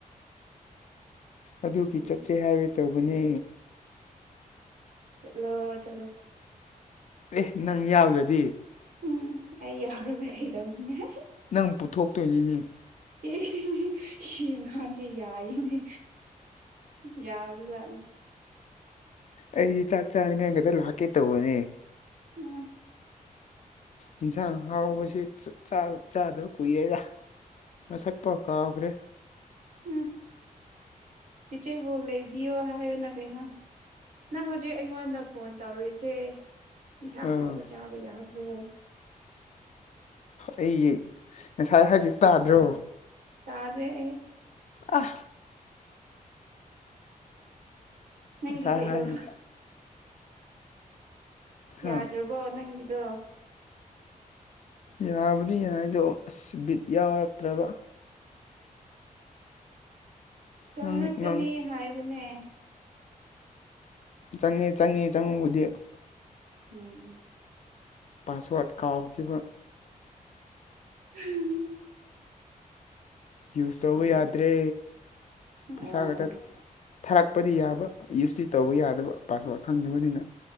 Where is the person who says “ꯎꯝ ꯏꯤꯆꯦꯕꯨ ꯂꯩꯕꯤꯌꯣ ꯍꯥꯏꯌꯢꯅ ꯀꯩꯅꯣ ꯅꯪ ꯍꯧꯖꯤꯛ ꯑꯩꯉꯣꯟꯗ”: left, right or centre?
Right